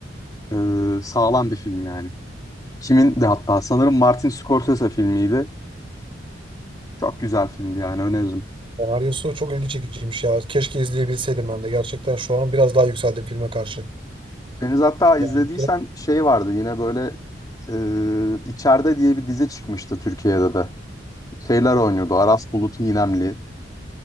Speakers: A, on the left; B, on the right.
A: e, sağlam bir film yani. Kimin de hatta sanırım Martin Scorsese filmiydi. Çok güzel filmdi yani öneririm.
B: senaryosu çok ilgi çekiciymiş ya. Keşke izleyebilseydim ben de. Gerçekten şu an biraz daha yükseldim filme karşı.
A: Deniz hatta izlediysen
B: Yani bir kere-
A: şey vardı yine böyle e, İçeride diye bir dizi çıkmıştı Türkiye'de de. Şeyler oynuyordu. Aras Bulut İynemli.